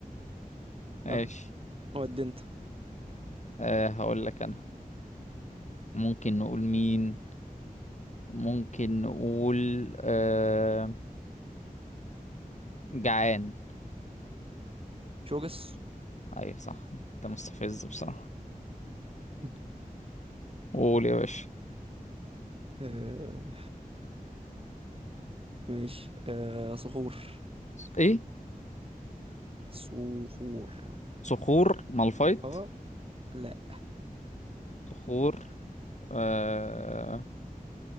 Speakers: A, on the left (about 50°); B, on the right (about 40°).
A: ماشي
B: اه ودي انت
A: آه هقول لك انا ممكن نقول مين ممكن نقول آه جعان
B: شوجس
A: ايوه صح انت مستفز بصراحة
B: <laughs>
A: قول يا باشا
B: آه ماشي آه صخور
A: ايه
B: صخور
A: صخور مالفايت
B: اه لا
A: صخور آه